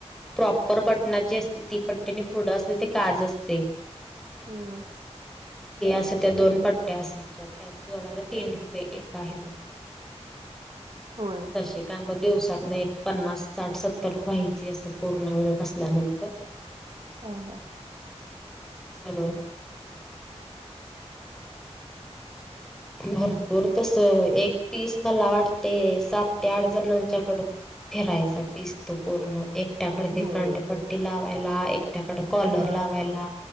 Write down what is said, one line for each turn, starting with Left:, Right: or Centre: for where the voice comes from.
Centre: प्रॉपर बटनाची असते ती पट्टीने फुढं असते ते काज असते.
Right: हा.
Centre: ते असं त्या दोन पट्ट्या असायच्या त्यात जोडाला तीन रुपये एक आहे मग. <inaudible>
Right: होय.
Centre: तसे काय मग दिवसात न एक पन्नास साठ सत्तर रुपय हाईत. चे असं पूर्ण वेळ बसल्यानंतर
Right: हां हां.
Centre: सगळं भरपूर तस एक पीस मला वाटते सात ते आठ जणांच्याकड फिरायसाठी इसतो पूर्ण एक. एकट्याकडे ते
Right: होय
Centre: फ्रंट पट्टी लावायला एकट्याकडे कॉलर
Right: हा
Centre: लावायला